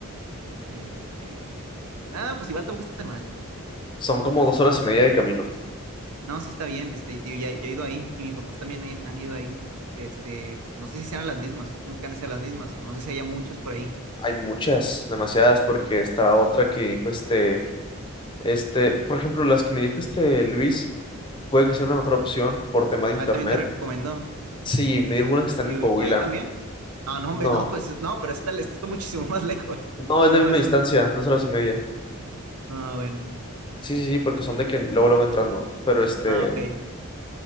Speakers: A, on the right; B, on the left.
A: Este, eh, nada, pues igual tampoco está tan mal.
B: Son como
A: Este,
B: dos horas y media de camino.
A: no, sí está bien, este, y tío, ya, yo he ido ahí y mis papás también han, han ido ahí. Este, no sé si sean las mismas, supongo que han de ser las mismas, o no sé si haya muchos por ahí.
B: Hay muchas, demasiadas, porque esta otra que dijo este. Este, por ejemplo, las que me dijo este Luis. puede que sea una mejor opción por tema de
A: Ah,
B: internet.
A: él también te recomendó.
B: Sí, me dijo unas que están
A: ¿Y,
B: en Coahuila.
A: y ahí también? Ah, no, hombre,
B: No,
A: no, pues no, pero está, esto está muchísimo más lejos.
B: no,
A: <laughs>
B: es
A: No,
B: la misma
A: eso.
B: distancia, dos horas y media.
A: Ah, bueno.
B: Sí, sí, sí, porque son de que luego, luego entrando. Pero este,
A: Ah, ok.